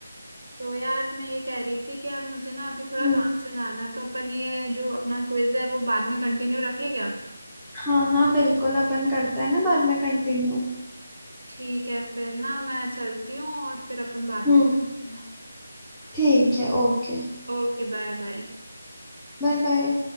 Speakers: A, on the right; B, in the centre.
A: तो यार मैं ये कह रही थी कि यार मुझे ना अभी थोड़ा
B: हम्म
A: हम्म। काम से जाना है तो अपन ये जो अपना क्विज है वो बाद में कंटिन्यू रखें क्या
B: हाँ हाँ बिल्कुल अपन करते हैं ना बाद में कंटिन्यू
A: ठीक है फिर ना मैं चलती हूँ और फिर अपन बाद
B: हम्म
A: में करते हैं।
B: ठीक है ओके
A: Okay bye bye
B: Bye bye